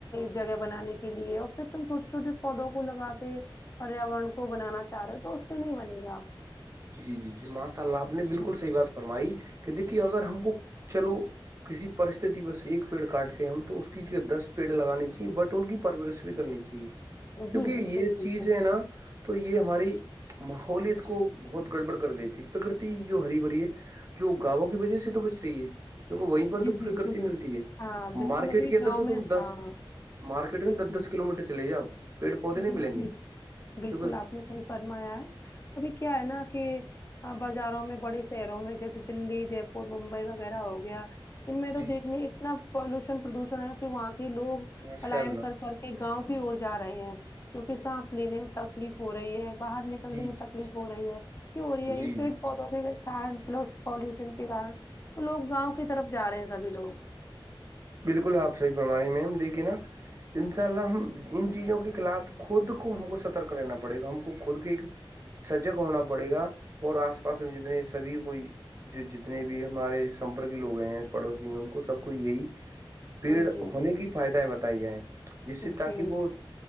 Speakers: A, on the left; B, on the right.
A: جگہ بنانے کے لیے اور پھر تم چھوٹی چھوٹیے پودوں کو لگا کے پریاورن کو بنانا چاہ رہے ہو تو اس سے نہیں بنے گا آپ
B: جی جی جی ماشاء اللہ آپ نے بالکل
A: جی
B: صحیح بات فرمائی کہ دیکھیے اگر ہم کو چلو کسی پرستتتی بس ایک پیڑ کاٹتے ہیں ہم تو اس کی دس پیڑ لگانانی چاہی بٹ ان کی پرورورش بھی کرنی چاہیے
A: جی
B: کیونکہ
A: بالکل
B: یہ
A: بالکل
B: چیز ہے نا تو یہ ہماری ماحولیت کو بہت گڑبڑ کر دیتی پرکرتی جو ہری بھری ہے جو گاووں کی وجہ سے تو بچ رہی ہے کیونکہ وہیں پر
A: جی
B: تو
A: بالکل
B: پرکرتی ملتی ہے
A: ہاں بالکل
B: مارکیٹ
A: ابھی
B: کے اندر
A: گاؤں
B: تو
A: میں
B: تم
A: ہاں
B: دس مارکیٹ کے
A: بالکل
B: دس دس کلو میٹر چلے جاؤ پیڑ پودے نہیں
A: بالکل
B: ملیں گے
A: بالکل
B: کیونکہ
A: آپ نے صحیح فرمایا ہے ابھی کیا ہے نا کہ بازاروں میں بڑے شہروں میں جیسے دلی جے پور ممبئی وغیرہ ہو گیا ان میں تو
B: جی
A: دیکھنے اتنا پالوشن پردوشن ہے کہ وہاں کے لوگ
B: ماشاء
A: پلاائن
B: اللہ
A: کر کر گاؤں کی اور جا رہے ہیں کیوںکہ سانس لینے تک تکلیف ہو رہی ہے باہر نکلنے
B: جی
A: میں
B: جی
A: تکلیف ہو رہی ہے کی ہو رہی ہے
B: جی
A: یہ پیڑ
B: جی
A: پودوں میں پالوشن کے کارن تو لوگ گاؤں کی طرف جا رہے ہیں سبھی لوگ
B: بالکل آپ صحی پرمانے میم دیکھیے نا ان شاء اللہ ہم ان چیزوں کے خلاف خود کو ہم کو سترک رہنا پڑے گا ہم کو خود کے ایک سجگ ہونا پڑے گا اور آس پاس میں جتنے سبھی کوئی جو جتنے بھی ہمارے سمپرک لوگ ہیں پڑوسی ہیں ان کو سب کو یہی پیڑ
A: جی
B: ہونے کی فائدائیں بتائی جائیں جس سے
A: جی
B: تاکہ وہ